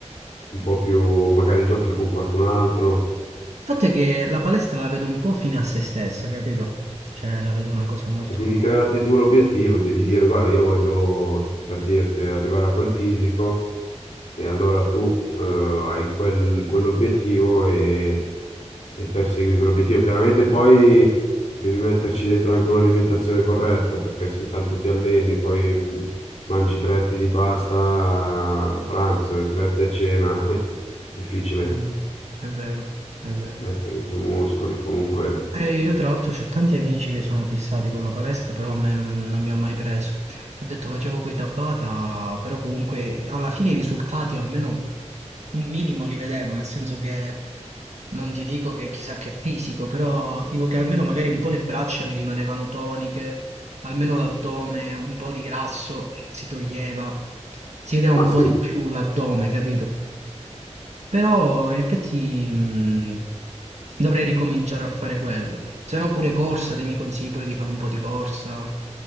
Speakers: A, on the left; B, on the right.
A: un po' più, magari giochi con qualcun altro.
B: Il fatto è che la palestra la vedo un po' fine a se stessa, capito? Cioè, la vedo una cosa molto...
A: Eh, Devi crearti tu l'obiettivo, devi dire, guarda, io voglio, per dirti, arrivare a quel fisico e allora tu eh, hai quel- quell'obiettivo e, e persegui quell'obiettivo. Chiaramente poi devi metterci dentro anche un'alimentazione corretta, perché se tanto ti alleni e poi mh, mangi tre etti di pasta a pranzo e tre etti a cena, <laughs> è difficile
B: eh, è vero, è vero.
A: mettere su muscoli comunque.
B: Eh, io tra l'altro ho tanti amici che sono fissati con la palestra, però a me non, non mi ha mai preso. Ti ho detto facevo quei Tabata, però comunque alla fine i risultati o almeno un minimo li vedevo, nel senso che non ti dico che chissà che fisico, però ti dico che almeno magari un po' le braccia mi rimanevano toniche, almeno l'addome, un po' di grasso si toglieva, si vedeva un
A: Ma sì.
B: po' di più l'addome, capito? Però in effetti mh, dovrei ricominciare a fare quello. Se no pure corsa, te mi consigli pure di fare un po' di corsa.